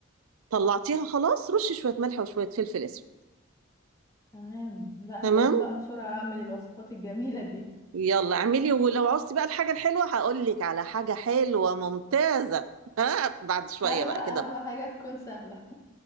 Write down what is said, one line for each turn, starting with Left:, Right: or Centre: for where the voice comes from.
Right: طلعتيها خلاص رشي شويه ملح وشويه فلفل اسود
Left: تمام لا انا
Right: تمام
Left: هقوم بقى بسرعة اعمل الوصفات الجميلة دي
Right: يلا اعملي ولو عوزتي بقى الحاجه الحلوه هقول لك على حاجه حلوه ممتازه <laughs> ها بعد شويه
Left: سهلة
Right: بقى
Left: اهم
Right: كده
Left: حاجة تكون سهلة